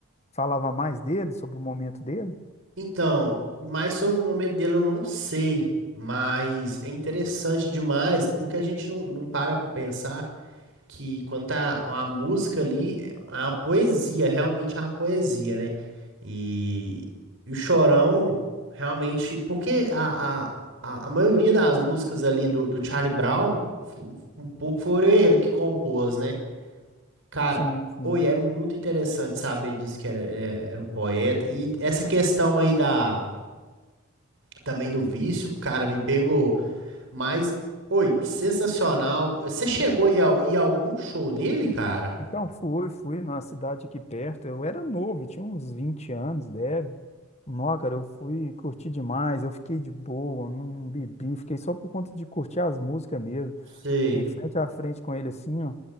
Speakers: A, on the left; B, on the right.
A: falava mais dele, sobre o momento dele?
B: Então, mais sobre o momento dele eu não sei, mas é interessante demais porque a gente não, não para pra pensar. que quanto à à música ali, é uma poesia, realmente é uma poesia, né? E, e o Chorão, realmente, porque a, a, a a maioria das músicas ali do, do Charlie Brown, fo- um pouco foi ele que compôs, né? Cara,
A: Sim, sim.
B: oi, é muito interessante saber disso que era, é- era um poeta. E essa questão aí da, também do vício, cara, me pegou mas oi, sensacional. Você chegou a ir a ir a algum show dele, cara?
A: Então, fui, fui numa cidade aqui perto. Eu era novo, eu tinha uns 20 anos, deve. Nó, cara, eu fui curti demais, eu fiquei de boa, não bebi, fiquei só por conta de curtir as músicas mesmo.
B: Sei.
A: Fiquei frente a frente com ele assim, ó.